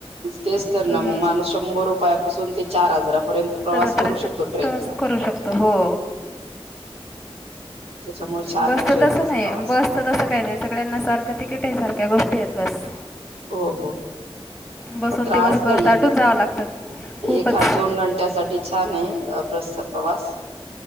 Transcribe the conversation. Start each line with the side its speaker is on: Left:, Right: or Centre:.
Right: तेच
Centre: हं.
Right: तर ना मग
Centre: तेच
Right: माणूस
Centre: तर ना
Right: शंभर
Centre: मग माणूस
Right: रुपयापासून
Centre: शंभर रुपयापासून
Right: ते चार हजारापर्यंत
Centre: ते चार त्याच्यापर्यंत
Right: प्रवास
Centre: हजारापर्यंत
Right: करू
Centre: त्याच्यापर्यंत
Right: शकतो ट्रेनचा.
Centre: प्रवास करू प्रवास करू शकतो हो,
Right: त्याच्यामुळे छान
Centre: बस
Right: आहे ट्रेनचाच
Centre: तस नाही
Right: प्रवास
Centre: बस. सदसं काही नाही सगळ्यांना सारखं तिकीट आहे सारख्या गोष्टी आहेत बस.
Right: हो हो.
Centre: बसून
Right: म त्रास
Centre: दिवसभर
Right: नाहीये
Centre: ताटून
Right: ए
Centre: जावं लागतं खूपच
Right: ह
Centre: एखाद
Right: दोन घंट्या
Centre: घंट्यासाठी
Right: सा. छान आहे बसचा प्रवास